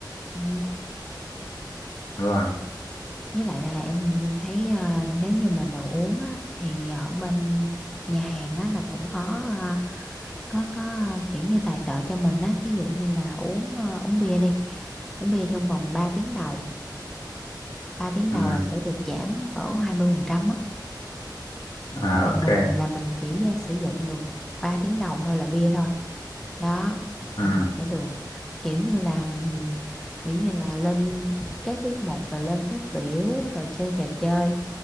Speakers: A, in the centre; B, on the left.
A: Ừ.
B: đúng rồi
A: Với lại là em em thấy ờ, nếu như mà đồ uống á, thì ở bên nhà hàng á, là cũng có ờ, có có ờ, kiểu như tài trợ cho mình á, thí dụ như là uống ờ, uống bia đi. Uống bia trong vòng 3 tiếng đầu, ba tiếng
B: ừ
A: đầu là sẽ được giảm cỡ 20% á.
B: à
A: là
B: ok
A: mình là mình chỉ ờ, sử dụng được 3 tiếng đầu thôi là bia thôi đó
B: ừ
A: là mình sẽ được kiểu như là ừm, kiểu như là lên các tiết mục rồi lên phát biểu rồi chơi trò chơi